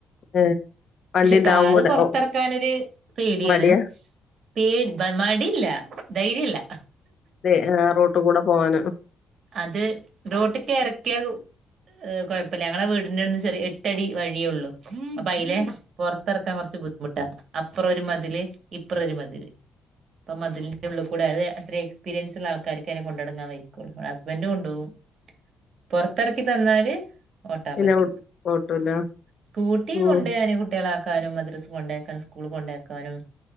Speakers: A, on the left; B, on the right.
A: ഏഹ് വണ്ടി
B: പക്ഷേ
A: ഉണ്ടാവുമ്പോടെ
B: കാറ് പൊറത്തെർക്കാനോരു
A: ഓ
B: പേടിയാണ്
A: മടിയാ
B: പേ മടില്ല ധൈര്യല്ല
A: തെ ഏഹ് റോട്ടിക്കൂടെ പോവാന്
B: അത് റോട്ടിക്കെറക്ക്യ ഏഹ് കൊയ്പ്പല്ല ഞങ്ങളെ വീടിന്റെ അടുന്ന് ചെറ് എട്ടടി വഴിയൊള്ളു അപ്പൊ അയ്ലെ പൊർത്തെറക്കാൻ കൊർച്ച് ബുദ്ധിമുട്ടാ അപ്രൊ ഒരു മതില് ഇപ്രൊരു മതില് ഇപ്പം മതിൽൻ്റുള്ളിക്കൂടെ അ അത്ര എക്സ്പീരിയൻസിള്ള ആൾക്കാർക്കെ അങ്ങനെ കൊണ്ടടങ്ങാൻ വെയ്ക്കൊള്ളൂ ബൻ്റൊണ്ടോവും പൊർത്തെറക്കി തന്നാല് ഓട്ടാൻ
A: പിന്നെ
B: പറ്റും
A: ഓട്ടൂല
B: സ്കൂട്ടി
A: ഉം
B: കൊണ്ട് ഞാന് കുട്ട്യാളാക് ആക്കാനും മദ്രസ് കൊണ്ടെയാകാനും സ്കൂൾ കൊണ്ടെയാക്കാനും